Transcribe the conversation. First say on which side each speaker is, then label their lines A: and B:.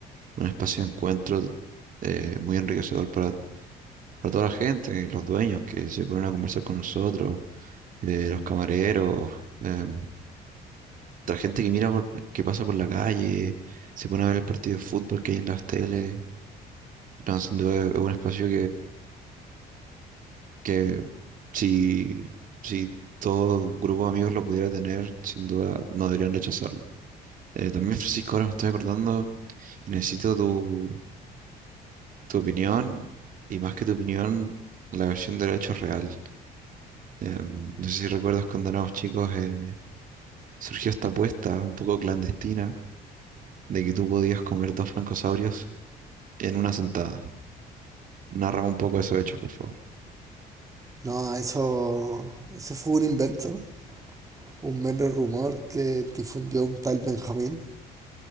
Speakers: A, on the right; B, on the right.
A: un espacio de encuentro eh, muy enriquecedor para, para toda la gente, y los dueños que se ponen a conversar con nosotros, eh, los camareros, em, la gente que mira por- que pasa por la calle, se pone a ver el partido de fútbol que hay en las teles. No, sin duda es un espacio que si, si todo grupo de amigos lo pudiera tener, sin duda no deberían rechazarlo. Eh, también, <laughs> Francisco, ahora me estoy acordando y necesito tu, tu opinión y más que tu opinión, la versión del hecho real. Em, no sé si recuerdas cuando éramos chicos, eh, surgió esta apuesta un poco clandestina de que tú podías comer dos francosaurios en una sentada. Narra un poco esos hechos, por favor.
B: No, eso, eso fue un invento, un mero rumor que difundió un tal Benjamín